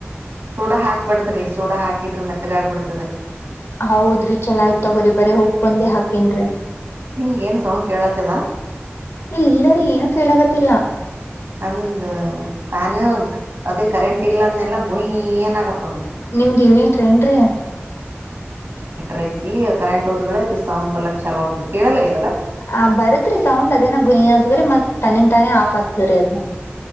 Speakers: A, on the right; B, on the left.
A: ಸೋಡಾ ಹಾಕ್ಬಡ್ದ್ರಿ ಸೋಡಾ ಹಾಕಿದ್ರ ಮೆತ್ತಗಾಗ್ ಆಗಬಿತದ್ರೀ
B: ಹೌದ್ರಿ ಚಲ ಆಯ್ತತ್ ತಗೋರಿಿ ಬರೀ ಉಪ್ಪುಂದ ಹಾಕೇನ್ರಿ
A: ನಿಂಗ ಏನ್ ಸೌಂಡ್ ಕೇಳತ್ತದ
B: ಇಲ್ಲರಿ ಏನು ಕೇಳಾಗತ್ತಿಲ್ಲ
A: ನಂದ ಫ್ಯಾನ್, ಅದೇ ಕರೆಂಟ್ ಇಲ್ಲ. ಅಂದೆಲ್ಲ ಗುಯಿ ಏನಾಗತ್ತೆ. <inaudible>
B: ನಿಮ್ದ, ಯೂನಿಟ್ ಏನುರಿ. <inaudible>
A: ರೀತೀ, ಕರೆಂಟ್ ಹೋದ್ಗಳ ಅದು ಸೌಂಡ್ ಬಲಕ್ ಚಲೋ ಆಗುತ್ತದೆ, ಕೇಳಲದಲ್ಲ. <inaudible>
B: ಆ, ಬರತ್ರಿ ಸೌಂಡ್ ಅದೇನ ಗುಯಿ ಅಂತತ್ದ್ರರಿ ಮತ್? ತನಿಗು ತಾನೇ ಆಫ್ ಹೋಗುತ್ತಾಧಾರಿ. <inaudible>